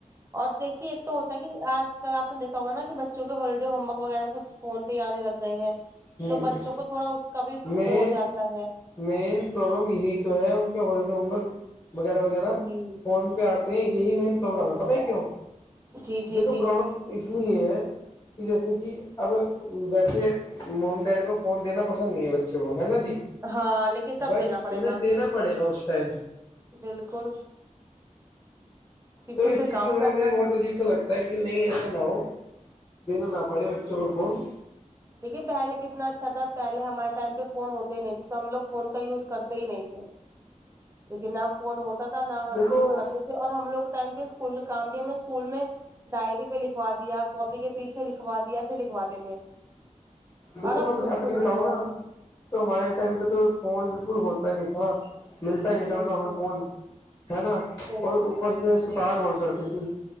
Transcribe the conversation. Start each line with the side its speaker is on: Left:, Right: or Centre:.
Right: اور دیکھیے ایک تو ہوتا ہے کہ آج سل آپ دیکھا ہوگا کہ بچوں کے ہالیڈے ہومورک وغیرہ میں سب فون پہ آنے لگ گئے ہیں
Left: ہوں
Right: تو بچوں کو تھوڑا اس کا بھی
Left: مین
Right: وہ جاتا ہے
Left: مین پرابلم یہی تو ہے ان کا ہالیڈے ہوم ورک وغیرہ وغیرہ
Right: جی
Left: فون پہ آتے ہیں یہی مین پرابلم
Right: فون
Left: ہے پت ہے
Right: پہ آ-
Left: کیوں
Right: جی جی
Left: دیکھو
Right: جی
Left: پرابلم اس لیے ہے کہ جیسے کہ اب ویسے ممی ڈیڈی کو فون دینا پسند نہیں ہے بچوں کو ہے نا جی
Right: ہاں لیکن تب
Left: بٹ
Right: دینا پڑے
Left: انہیں
Right: گا
Left: دینا پڑے گا اس ٹائم
Right: بالکل کیونکہ
Left: تو
Right: اسے
Left: اس چیز
Right: کام
Left: سے تھوڑا
Right: کرنا
Left: مجھے بہت
Right: ہے
Left: عیب سے لگتا کہ نہیں ایسا نہ ہو دینا نہ پڑے
Right: ہوں
Left: بچوں کو فون
Right: دیکھیے پہلے کتنا اچھا تھا پہلے ہمارے ٹائم پہ فون ہوتے ہی نہیں تھے تو ہم لوگ فون کا یوز کرتے ہی نہیں تھے لیکن نہ فون ہوتا تھا نہ ہم
Left: دیکھو
Right: یوز کرتے تھے اور ہم لوگ ٹائم پہ اسکول کام بھی ہمیں اسکول میں ڈائری پہ لکھوا دیا کاپی کے پیچھے لکھوا دیا ایسے لکھواتے تھے
Left: دیکھو
Right: اور اب
Left: میں اپ
Right: گروپ
Left: اپنی بتاؤں
Right: بھیجے جاتے
Left: نا
Right: ہیں
Left: تو ہمارے
Right: جی
Left: ٹائم
Right: جی
Left: پہ تو فون بالکل ہوتا ہی نہیں تھا ملتا ہی نہیں تھا
Right: بالکل
Left: مطلب ہمیں فون ہے نا
Right: بالکل
Left: اور اوپر
Right: بالکل
Left: سے ستان اور چڑھتی تھی